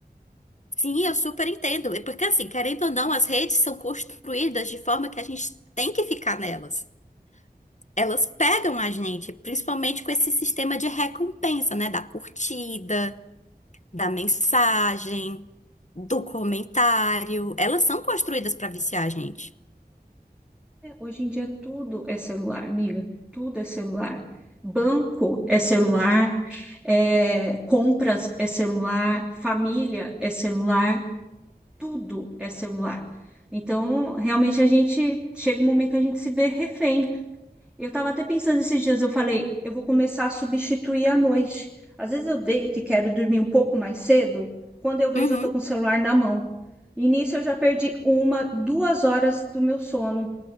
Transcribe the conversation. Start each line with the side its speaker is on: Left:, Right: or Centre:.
Left: Sim, eu super entendo. É Porque, assim, querendo ou não, as redes são construídas de forma que a gente tem que ficar nelas. Elas pegam a gente, principalmente com esse sistema de recompensa, né? Da curtida, da mensagem, do comentário. Elas são construídas para viciar a gente.
Centre: É, hoje em dia tudo é celular, amiga, tudo é celular. Banco é celular, é, compras é celular, família é celular. tudo é celular. Então, realmente a gente chega um momento que a gente se vê refém. Eu estava até pensando esses dias, eu falei, eu vou começar a substituir à noite. Às vezes eu deito e quero dormir um pouco mais cedo, quando eu vejo
Left: Uhum,
Centre: eu estou com o celular na mão. E nisso eu já perdi uma, duas horas do meu sono.